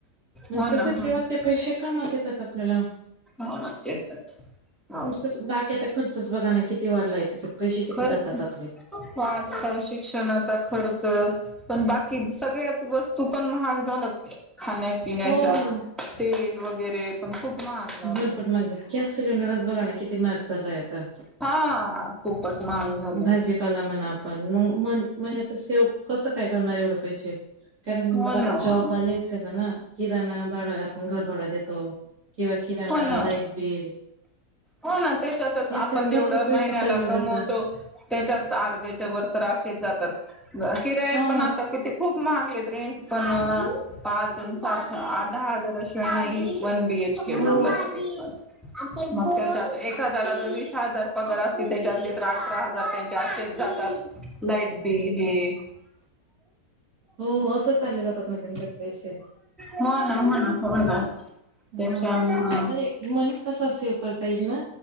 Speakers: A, on the right; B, in the centre.
A: म्हणजे
B: हो ना
A: कसं
B: हो
A: किंवा
B: ना
A: ते पैसे कामात येतात आपल्याला.
B: हो ना येतात हो
A: म्हणजे कसं बाकी आता खर्चच बघा ना किती वाढलाय? त्याच्यात पैसे किती
B: खर्च
A: जातात आपले.
B: हो आजकाल शिक्षणाचा खर्च पण बा की सगळ्याच व स्तू पण महाग झाल्यात. खाण्यापिण्याच्या
A: हो.
B: ते वगैरे पण खूप महाग झाले
A: भरपूर म्हणजे गॅस सिलेंडरच बघा ना किती महाग झालाय आता.
B: हा खूपच महाग झाले
A: भाजीपाला म्हणा आपण मग म म्हणजे आता सेव कसं काय करणार एवढं पैसे? कारण
B: हो
A: बघा आता
B: ना हो
A: जॉबवालेच
B: ना
A: म्हणा किराणा <unintelligible> घर भाडं देतो किंवा किराणा,
B: हो ना
A: लाईट बिल
B: हो ना त्याच्यातच
A: याच्यात
B: आपण जेवढं
A: भरपूर पैसे
B: महिन्याला
A: चालले
B: कमवतो
A: जातं.
B: त्याच्यात अर्ध्याच्या वर तर असेच जातात <unintelligible> किराया
A: हा
B: पण आता किती खूप महागलेत. रेंट पण पाच अन सात दहा हजार अ <unintelligible> नाही. वन बी एच के
A: हो.
B: म्हटलं तरी पण. मग त्याच्यात एखाद्याला जर वीस हजार पगार अस ति त्याच्यातले तर अठरा हजार त्यांचे आशेच च जातात, लाईट बिल हे
A: हो असं चालले जातात ना त्यांच्यात पैसे.
B: हो ना हो. ना हो ना.
A: ह
B: त्याच्यामुळं
A: आणि मनी कस सेव्ह करता येइल, ना